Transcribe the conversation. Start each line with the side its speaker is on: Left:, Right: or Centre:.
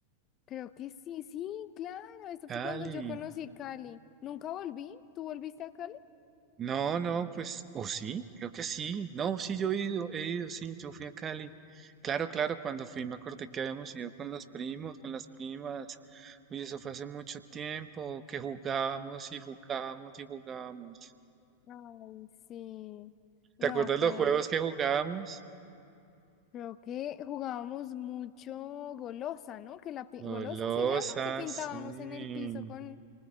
Left: Creo que sí, sí, claro. Esto
Right: Cali.
Left: fue cuando yo conocí Cali. ¿Nunca volví? ¿Tú volviste a Cali?
Right: No, no, pues, o sí, creo que sí. No, sí, yo he ido, he ido, sí, yo fui a Cali. Claro, claro, cuando fui me acordé que habíamos ido con los primos, con las primas. Uy, eso fue hace mucho tiempo, que jugábamos y jugábamos y jugábamos.
Left: Ay, sí. No,
Right: ¿Te acuerdas
Left: fue.
Right: los juegos que jugábamos?
Left: Creo que jugábamos mucho golosa, ¿no? Que la pi-
Right: Golosas,
Left: golosa se llama, que pintábamos
Right: sí.
Left: en el piso con,